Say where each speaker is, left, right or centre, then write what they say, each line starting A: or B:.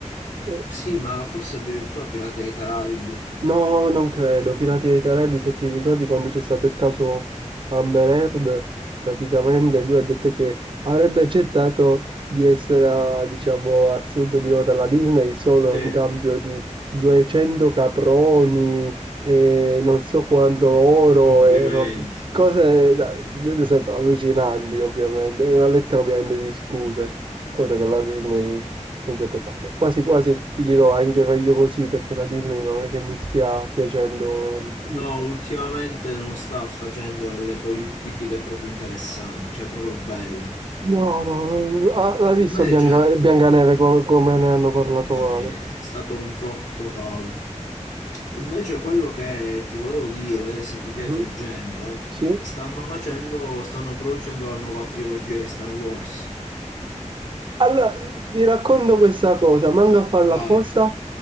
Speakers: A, on the right; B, on the left.
A: Eh,
B: Sì, ma forse addirittura Pirati dei Caraibi.
A: No, non credo. Pirati dei Caraibi, se ti ricordi quando c'è stato il caso Amber Heard, praticamente lui ha detto che avrebbe accettato di essere, ah, diciamo, assunto di nuovo dalla Disney solo
B: Sì,
A: in cambio di 200 caproni e non so quanto oro
B: complimenti.
A: e ro- cose, da- nel senso, allucinanti, ovviamente. È una lettera, ovviamente, di scuse, cosa che la Disney non sempre qua. Quasi quasi ti dirò anche meglio così perché la Disney non è che mi stia piacendo, diciamo.
B: No, ultimamente non sta facendo delle politiche proprio interessanti, cioè proprio belle.
A: No, no, no. Ah, l'hai visto
B: Invece,
A: Bianca, Biancaneve co- come ne hanno parlato
B: dai,
A: male?
B: è stato un flop totale. Invece quello che ti volevo dire, se ti piace
A: Mhm.
B: il genere,
A: Sì?
B: stanno facendo, stanno producendo la nuova trilogia di Star Wars.
A: Allora, ti racconto questa cosa, manco a farla
B: Vai,
A: apposta.